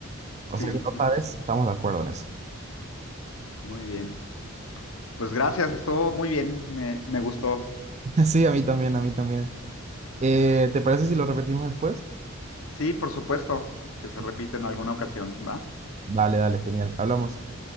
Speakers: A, on the right; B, on the left.
A: O
B: Sí,
A: sea que otra
B: ujú.
A: vez estamos de acuerdo en eso.
B: muy bien. Pues gracias, estuvo muy bien, me, me gustó.
A: <laughs> Sí, a mí también, a mí también. Eh, ¿te parece si lo repetimos después?
B: Sí, por supuesto, que se
A: Sí.
B: repite en alguna ocasión, ¿va?
A: Dale, dale, genial. Hablamos.